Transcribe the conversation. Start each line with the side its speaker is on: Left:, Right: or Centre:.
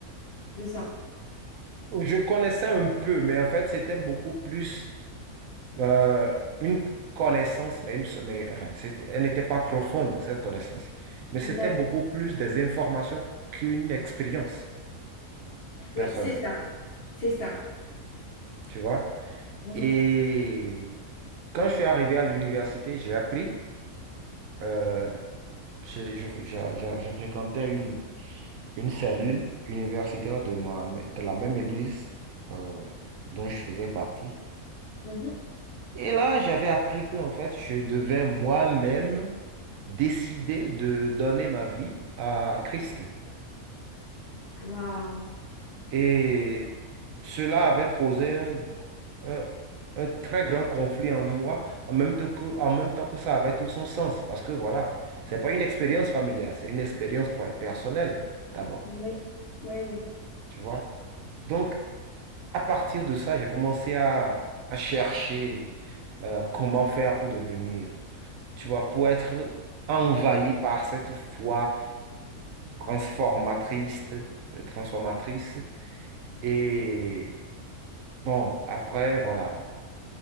Left: de ça.
Right: Je connaissais un peu, mais en fait, c'était beaucoup plus euh, une connaissance, mais, une, mais enfin, c'est- elle n'était pas profonde, cette connaissance. Mais c'était
Left: D'accord.
Right: beaucoup plus des informations qu'une expérience personnelle,
Left: Oui, c'est ça. C'est ça.
Right: tu vois.
Left: Mhm,
Right: Et quand je suis arrivé à l'université, j'ai appris, euh, je, je- je- je- je fréquentais une, une cellule universitaire de, ma, de la même église euh, dont je faisais partie.
Left: mhm.
Right: Et là, j'avais appris que, en fait, je devais moi-même décider de donner ma vie à Christ.
Left: Waouh.
Right: Et cela avait causé un, un- un très grand conflit en moi, en même temps que, en même temps que ça avait tout son sens. Parce que voilà, c'est pas une expérience familiale, c'est une expérience pro- personnelle, d'abord.
Left: Oui, oui, oui.
Right: Tu vois? Donc, à partir de ça, j'ai commencé à, à chercher euh, comment faire pour devenir. tu vois, pour être envahi par cette foi transformatrice, euh, transformatrice. Et bon, après, voilà,